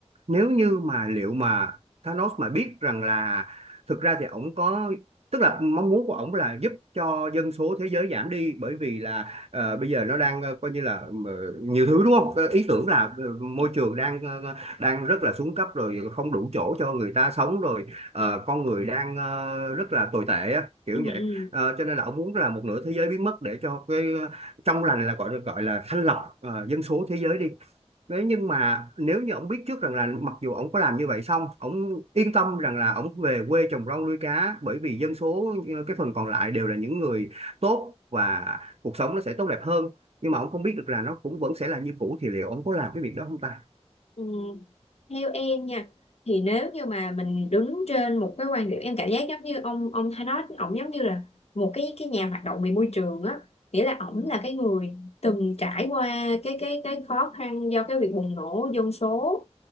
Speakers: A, on the right (about 65°); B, on the left (about 65°).
A: nếu như mà liệu mà Thanos mà biết rằng là thực ra thì ổng có tức là mong muốn của ổng là giúp cho dân số thế giới giảm đi bởi vì là ờ, bây giờ nó đang ờ, coi như là ờ, nhiều thứ đúng không Ờ, ý tưởng là ờ, môi trường đang ờ, ờ, đang rất là xuống cấp rồi không đủ chỗ cho người ta sống rồi ờ,
B: ừ,
A: con người đang ờ, rất là tồi tệ á, kiểu
B: ừ,
A: vậy
B: ừ.
A: Ờ, cho nên là ông muốn là một nửa thế giới biến mất để cho cái ờ, trong lành là gọi gọi là thanh lọc ờ, dân số thế giới đi. thế nhưng mà nếu như ông biết trước rằng là mặc dù ông có làm như vậy xong, ông yên tâm rằng là ông về quê trồng rau nuôi cá bởi vì dân số ờ, cái phần còn lại đều là những người tốt và cuộc sống nó sẽ tốt đẹp hơn. Nhưng mà ông không biết được là nó cũng vẫn sẽ là như cũ thì liệu ông có làm cái việc đó không ta?
B: Ừ. Theo em nha thì nếu như mà mình đứng trên một cái quan điểm em cảm giác giống như ông ông Thanos ổng giống như là một cái cái nhà hoạt động về môi trường á nghĩa là ổng là cái người từng trải qua cái cái cái khó khăn do cái việc bùng nổ dân số